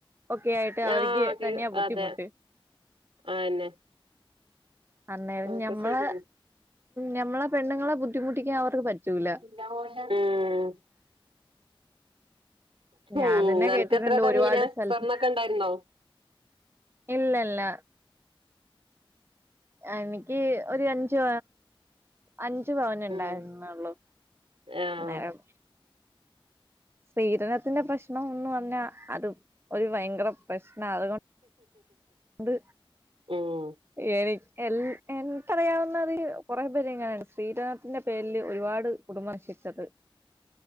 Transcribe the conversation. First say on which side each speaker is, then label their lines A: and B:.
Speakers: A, on the right; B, on the right.
A: ഒക്കെ ആയിട്ട് അവർക്ക്
B: ആഹ് കി
A: തന്നെയാ ബുദ്ധിമുട്ട്
B: അതെ അയെന്നെ
A: അന്നേരം
B: ഒക്കെ
A: ഞമ്മളെ
B: ശരിയാണ്
A: ഞമ്മളെ പെണ്ണുങ്ങളെ ബുദ്ധിമുട്ടിക്കാൻ അവർക്ക് പറ്റൂല.
B: ഉം
A: ഞാൻ
B: ഉം
A: തന്നെ കേട്ടിട്ടോണ്ട്
B: അനക്കെത്ര തന്നീനെ
A: ഒരുപാട് സ്ഥലത്ത്
B: സ്വർണ്ണൊക്കെ ഇണ്ടായിരുന്നോ
A: ഇല്ല ഇല്ല എനിക്ക് ഒര് അഞ്ച് അഞ്ച് പവനെ ഇണ്ടായിരുന്നള്ളു
B: ഉം ആഹ്
A: അന്നേരം സ്ത്രീധനത്തിന്റെ പ്രശ്ണം എന്ന് പറഞ്ഞാ അത് ഒരു ഭയങ്കര പ്രശ്നാ അതുകൊ ഉണ്ട്
B: ഉം
A: എനി എല്ലാ എൻക്കറിയാവുന്നതില് കൊറെ പേര് എങ്ങനാണ് ശ്രീരാട്ടേന്റെ പേരില് ഒരുപാട് കുടുംബശിച്ചത്